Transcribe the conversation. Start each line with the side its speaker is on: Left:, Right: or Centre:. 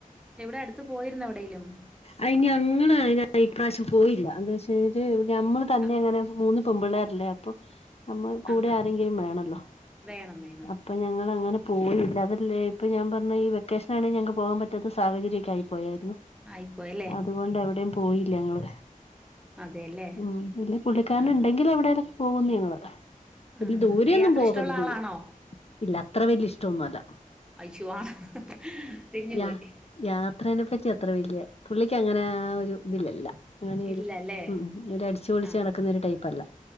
Centre: എവിടെ അടുത്ത് പോയിരുന്നോ എവിടേലും?
Left: അയി ഞങ്ങള് അയ്ന് ഇപ്രാവശ്യം പോയില്ല എന്താ വെച്ച് കഴിഞ്ഞട്ട് ഞമ്മൾ തന്നെ
Centre: ആ
Left: അങ്ങനെ മൂന്ന് പെമ്പിള്ളാരല്ലേ അപ്പൊ നമ്മളെ കൂടെ
Centre: ആ
Left: ആരെങ്കിലും വേണല്ലോ അ
Centre: വേണം വേണം
Left: അപ്പൊ ഞങ്ങളങ്ങനെ പോയില്ല അതല്ലേ ഇപ്പൊ ഞാൻ പറഞ്ഞെ ഈ വെക്കേഷനാണെ ഞങ്ങൾക്ക് പോകാൻ പറ്റാത്ത സാഹചര്യക്കെ ആയി പോയാരുന്നു
Centre: ആയിപ്പോയ
Left: അതുകൊണ്ട് എവിടെം പോയില്ല ഞങ്ങള്
Centre: അതെല്ലേ
Left: ഉം പിന്നെ പുള്ളിക്കാരനിണ്ടെങ്കിൽ
Centre: ആ ആ
Left: എവിടെലൊക്കെ പോകുന്നു ഞങ്ങള് ഇല്
Centre: ആഹ്
Left: ദൂരെ ഒന്നും
Centre: യാത്ര
Left: പോകരുതു
Centre: ഇഷ്ടമുള്ള ആളാണോ
Left: ഇല്ല അത്ര വല്യ ഇഷ്ടൊന്നു അല്ല
Centre: അയ്ശോ ആണ് തിരിഞ്ഞു
Left: ഞാ
Centre: പോയി
Left: ഞാ യാത്രേനെ പറ്റി അത്ര വല്യ പുള്ളിക്ക് അങ്ങനെ ആ ഒരു ഇതിലല്ല അങ്ങനെയൊരു
Centre: ഇല്ലല്ലേ
Left: ഉം ഒരു അടിച്ചുപൊളിച്ച്
Centre: ആഹ്
Left: നടക്കുന്നൊരു ടൈപ്പല്ല